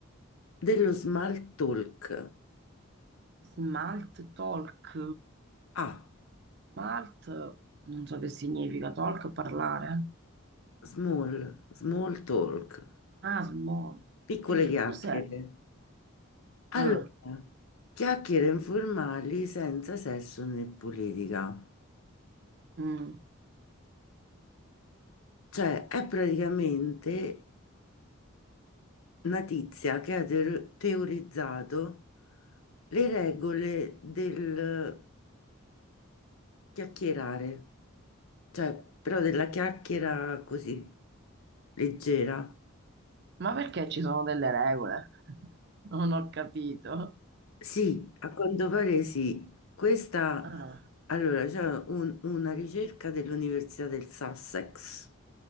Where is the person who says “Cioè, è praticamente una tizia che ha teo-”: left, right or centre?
Left